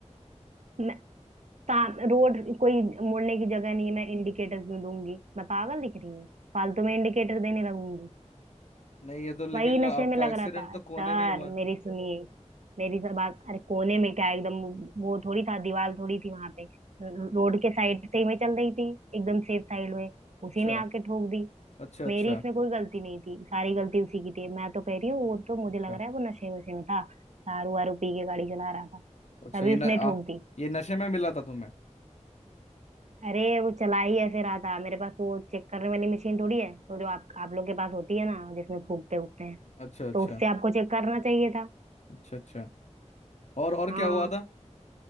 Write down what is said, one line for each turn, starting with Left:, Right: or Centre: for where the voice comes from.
Right: मैं साम रोड कोई मुड़ने की जगह नहीं है, मैं इंडिकेटर क्यों दूंगी मैं पागल दिख रही हूँ फालतू में इंडिकेटर देने लगूंगी
Left: नहीं ये तो लेकिन
Right: वही नशे
Left: आपका
Right: में लग
Left: एक्सीडेंट
Right: रहा था
Left: तो कोने
Right: सर
Left: में ही हुआ है
Right: मेरी सुनिए मेरी सब बात अरे कोने में क्या एकदम वो वो थोड़ी था दीवार थोड़ी थी वहां पे रो- रोड के साइड से ही मैं चल रही थी एकदम सेफ साइड में
Left: अच्छा
Right: उसी ने आके ठोक दी
Left: अच्छा अच्छा
Right: मेरी इसमें कोई गलती नहीं थी सारी गलती उसी की थी मैं तो कह रही हूँ वो तो मुझे
Left: अच्छा
Right: लग रहा है वो नशे वशे में था दारू वारू पी के गाड़ी चला रहा था
Left: अच्छा
Right: तभी
Left: ये न,
Right: उसने
Left: आ,
Right: ठोक दी
Left: ये नशे में मिला था तुम्हें
Right: अरे वो चला ही ऐसे रहा था मेरे पास तो वो चेक करने वाली मशीन थोड़ी है वो जो आप आप लोग के पास होती है ना जिसमें फूकते फूकते हैं
Left: अच्छा अच्छा
Right: तो उससे आपको चेक करना चाहिए था
Left: अच्छा अच्छा और और
Right: हाँ
Left: क्या हुआ था